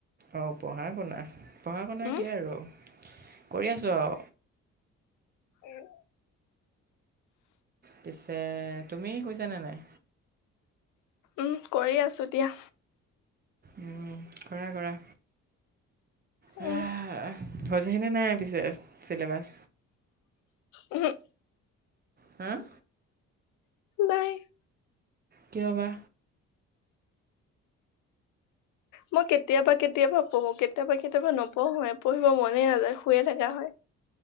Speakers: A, on the right; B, on the left.
A: অ' পঢ়া শুনা পঢ়া শুনা
B: উম
A: কি আৰু কৰি আছোঁ আৰু
B: উম।
A: পিছে তুমি শুইছানে নাই?
B: উম, কৰি আছোঁ দিয়া।
A: উম, কৰা কৰা
B: উম।
A: আহ, হৈছেহিনে নাই পিছে চিলেবাছ?
B: উমহ
A: হ'ম?
B: নাই।
A: কিয় বা?
B: মই কেতিয়াবা, কেতিয়াবা পঢ়োঁ। কেতিয়াবা, কেতিয়াবা নপঢ়োয়ে পঢ়িব মনেই নাযায় শুয়ে থাকা হয়।